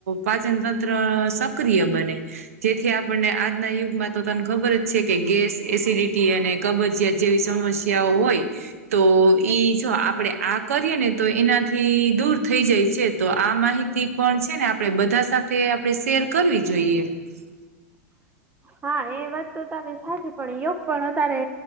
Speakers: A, on the right; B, on the right.
A: પાચનતંત્ર સક્રિય બને. જેથી આપણને આજના યુગમાં તો તને ખબર જ છે કે ગેસ, એસિડિટી અને કબજીયાત જેવી સમસ્યાઓ હોય તો ઈ જો આપણે આ કરીએ ને તો એનાથી દૂર થઈ જાય છે તો આ માહિતી પણ છે ને આપડે બધા સાથે આપણે શેર કરવી જોઈએ. <inaudible>
B: હા એ વાત તો તારી સાચી પણ યોગ પણ અતારે